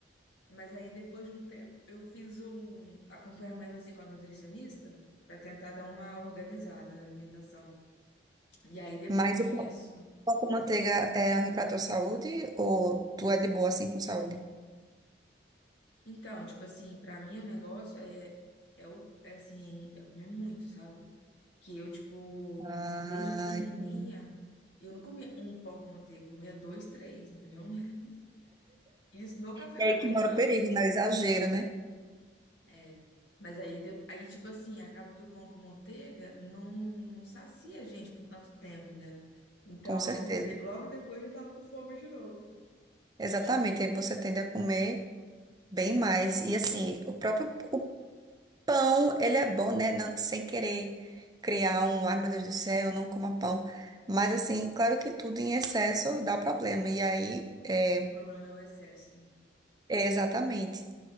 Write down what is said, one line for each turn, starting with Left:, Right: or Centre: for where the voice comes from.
Left: mas aí depois de um tempo, eu fiz um acompanhamento, assim, com a nutricionista, pra tentar dar uma organizada na alimentação. E aí depois
Right: Mas o
Left: disso,
Right: pão pão com manteiga é ruim pra tua saúde ou tu é de boa assim com saúde?
Left: então, tipo assim, pra mim o negócio é, é, o- é assim, é comer muito, sabe? que eu, tipo,
Right: Ah,
Left: desde pequenininha,
Right: entendi.
Left: eu não comia um pão com manteiga, eu comia dois, três, entendeu? <laughs> Isso no café
Right: e
Left: da
Right: aí
Left: manhã.
Right: que mora o perigo, né? O exagero, né?
Left: É. Mas aí, de- aí, tipo assim, acaba que o pão com manteiga não, não sacia a gente por tanto tempo, né? Então,
Right: Com certeza.
Left: assim, de- logo depois eu tava com fome de novo.
Right: Exatamente, aí você tende a comer bem mais. E assim, o próprio, o Pão, ele é bom, né? Não- sem querer criar um, ai meu Deus do céu, eu não coma pão. Mas assim, claro que tudo em excesso dá problema. E aí, é,
Left: O problema é o excesso.
Right: é exatamente.